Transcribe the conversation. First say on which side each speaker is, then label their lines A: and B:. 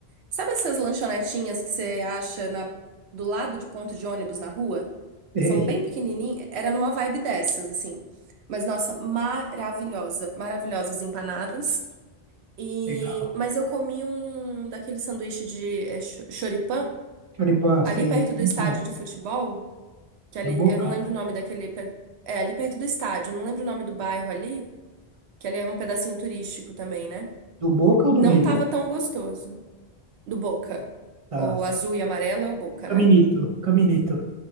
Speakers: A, on the right (about 80°); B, on the right (about 50°).
A: sabe essas lanchonetinhas que você acha na, do lado de ponto de ônibus na rua?
B: Ei,
A: São bem pequenininhas. Era numa vibe dessas, assim. Mas nossa, maravilhosa. Maravilhosas empanadas. E,
B: legal.
A: mas eu comi um daquele sanduíche de é, cho- choripã,
B: Choripã,
A: ali
B: sim.
A: perto do estádio
B: Bom.
A: de futebol, que ali,
B: Do Boca?
A: eu não lembro o nome daquele. pe- É, ali perto do estádio, eu não lembro o nome do bairro ali que ele é um pedacinho turístico também, né?
B: Do Boca ou do
A: Não
B: River?
A: tava tão gostoso. Do Boca.
B: Tá.
A: O azul e amarelo é o Boca,
B: Caminito,
A: né?
B: Caminito.